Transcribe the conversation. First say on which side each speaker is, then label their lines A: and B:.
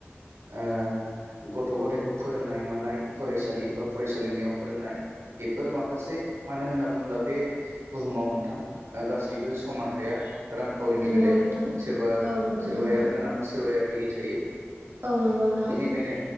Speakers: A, on the right (about 85°); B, on the right (about 60°).
A: ओ गथ गथायखौ फोरोंनाय मानाय फरायसालि बा फरायसालिमायाव फोरोंनाय बेफोर माखासे मानो होनना बुङोब्ला बे बुहुमाव नोंथां गासैबो समान थाया रांखावरिनि
B: नंगौ
A: बेलायाव
B: नोंथां
A: सोरबा
B: औ नंगौ
A: सोरबाया
B: नोंथां
A: गोनां सोरबाया गैयि थायो
B: औ नंगौ नोंथां
A: बेनिखायनो